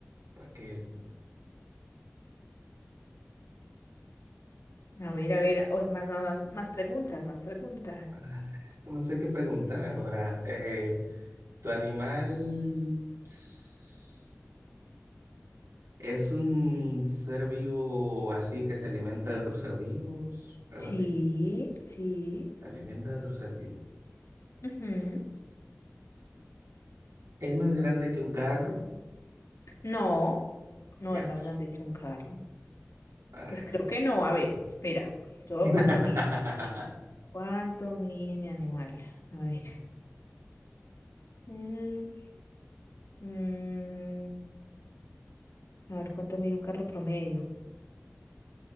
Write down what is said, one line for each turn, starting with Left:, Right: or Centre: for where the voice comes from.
Right: para que,
Left: A ver, a ver, o- más, más, más preguntas, más preguntas.
Right: para- es que no sé qué preguntar ahora. Eh, ¿tu animal s- es un ser vivo así que se alimenta de otros ser vivos? Algo
Left: Sí,
Right: así.
Left: sí.
Right: Se alimenta de otros ser vivos.
Left: ujú.
Right: ¿Es más grande que un carro?
Left: No, no
Right: Teatro.
Left: es más grande que un carro.
Right: Ah.
Left: Pues creo que no. A ver, espera. ¿Todo
Right: <laughs>
Left: cuánto mide? ¿Cuánto mide mi animal? A ver. Mm, mm, a ver, ¿cuánto mide un carro promedio?